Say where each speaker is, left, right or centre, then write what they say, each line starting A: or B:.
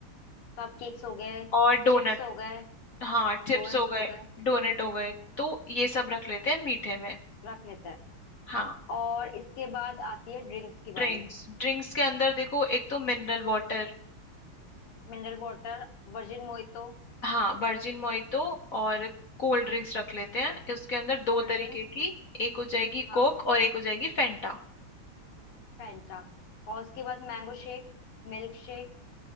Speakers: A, on the left (about 80°); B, on the left (about 50°).
A: कप केक्स हो गए
B: और डोनट
A: चिप्स हो गए
B: हाँ चिप्स
A: डोनट्स
B: हो गए
A: हो गए
B: डोनट हो गए तो ये सब रख लेते हैं मीठे में
A: रख लेते हैं
B: हाँ
A: और इसके बाद आती है ड्रिंक्स की
B: ड्रिंक्स
A: बारी
B: ड्रिंक्स के अंदर देखो एक तो मिनरल वाटर
A: Mineral water virgin mojito
B: हाँ वर्जिन मोइतो और कोल्ड ड्रिंक्स रख लेते हैं उसके अंदर
A: Cold
B: दो तरीके
A: drinks
B: की एक हो जाएगी
A: हाँ
B: कोक और एक हो जाएगी फेंटा
A: फैंटा और उसके बाद मैंगो शेक मिल्क शेक